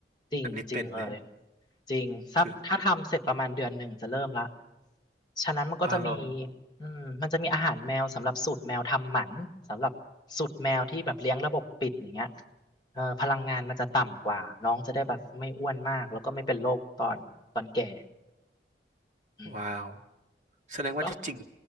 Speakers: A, on the left (about 25°); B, on the right (about 45°).
A: จริงจริงเลย
B: อันนี้เป็นไหม
A: จริงสักถ้าทำเสร็จประมาณเดือนหนึ่งจะเริ่มละ
B: คือ
A: ฉะนั้นมันก็จะมี
B: อ๋อเหรอ
A: อืมมันจะมีอาหารแมวสำหรับสูตรแมวทำหมันสำหรับสูตรแมวที่แบบเลี้ยงระบบปิดอย่างเงี้ยเออพลังงานมันจะต่ำกว่าน้องจะได้แบบไม่อ้วนมากแล้วก็ไม่เป็นโรคตอนตอนแก่อืม
B: ว้าวแสดงว่าที่จริง
A: แล้ว